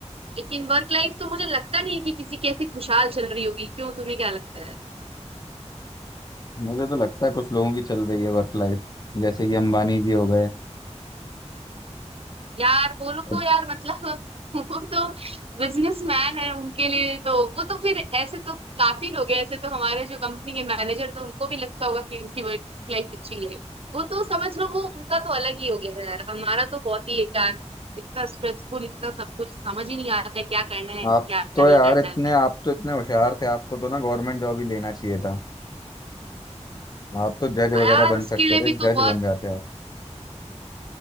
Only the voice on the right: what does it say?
लेकिन वर्क लाइफ तो मुझे लगता नहीं कि किसी की ऐसी खुशहाल चल रही होगी क्यों तुम्हें क्या लगता है
यार वो लोग
तो यार मतलब <laughs> वो तो बिजनेसमैन है उनके लिए तो वो तो फिर ऐसे तो काफी लोग हैं ऐसे तो हमारे जो कंपनी के मैनेजर तो उनको भी लगता होगा कि उनकी वर्क लाइफ अच्छी है वो तो समझ लो वो उनका तो अलग ही हो गया है यार हमारा तो बहुत ही यार इतना स्ट्रेसफुल इतना सब कुछ समझ ही नहीं आता है क्या करना है क्या
नहीं
करना
है
यार
उसके
लिए
भी तो
बहुत